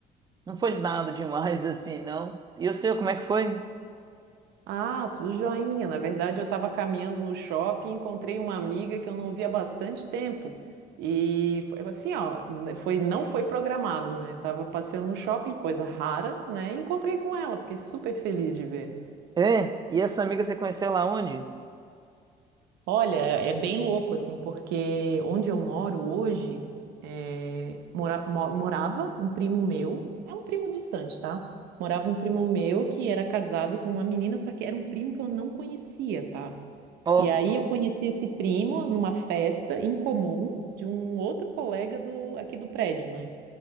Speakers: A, on the right; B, on the right.
A: não foi nada demais <laughs> assim, não. E o seu, como é que foi?
B: Ah, tudo joinha. Na verdade, eu estava caminhando no shopping e encontrei uma amiga que eu não via há bastante tempo. E foi assim, ó, n- foi, não foi programado, né? Tava passeando no shopping, coisa rara, né? E encontrei com ela, fiquei super feliz de ver.
A: É, e essa amiga você conheceu lá onde?
B: Olha, é bem louco, assim, porque onde eu moro hoje, é, mora- mo- morava um primo meu, é um primo distante, tá? Morava um primo meu que era casado com uma menina, só que era um primo que eu não conhecia, tá?
A: Ó,
B: E aí eu conheci esse primo numa festa em comum de um outro colega do, aqui do prédio, né?